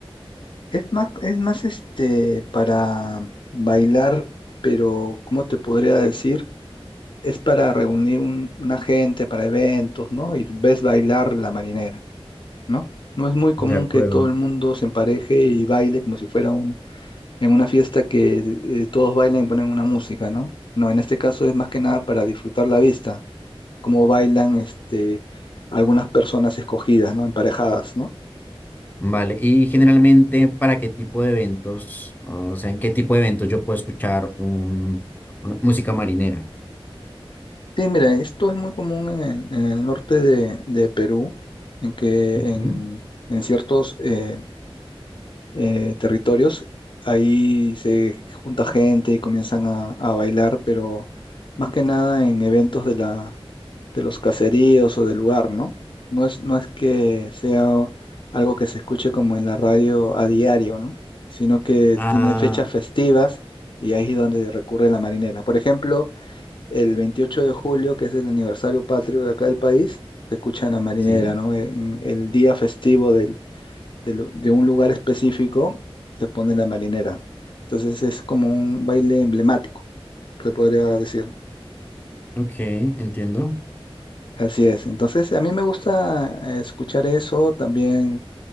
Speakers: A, on the left; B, on the left.
A: Es más, es más este para bailar, pero ¿cómo te podría decir? Es para reunir un, una gente para eventos, ¿no? Y ves bailar la marinera, ¿no? No es muy común
B: De acuerdo.
A: que todo el mundo se empareje y baile como si fuera un, en una fiesta que eh, todos bailan y ponen una música, ¿no? No, en este caso es más que nada para disfrutar la vista, como bailan este, algunas personas escogidas, ¿no? Emparejadas, ¿no?
B: Vale, y generalmente, ¿para qué tipo de eventos, o sea, en qué tipo de eventos yo puedo escuchar un, una música marinera?
A: Sí, mira, esto es muy común en, en el norte de, de Perú, en que
B: Ujú.
A: en, en ciertos eh, eh, territorios ahí se junta gente y comienzan a, a bailar, pero más que nada en eventos de la, de los caseríos o del lugar, ¿no? No es, no es que sea algo que se escuche como en la radio a diario, ¿no? Sino que
B: Ah,
A: tiene fechas festivas y ahí es donde recurre la marinera. Por ejemplo, el 28 de julio, que es el aniversario patrio de acá del país, se escucha en la marinera,
B: sí,
A: ¿no? En el día festivo del- del- de un lugar específico se pone la marinera. Entonces es como un baile emblemático, se podría decir.
B: ok, entiendo,
A: Así es. Entonces a mí me gusta eh, escuchar eso, también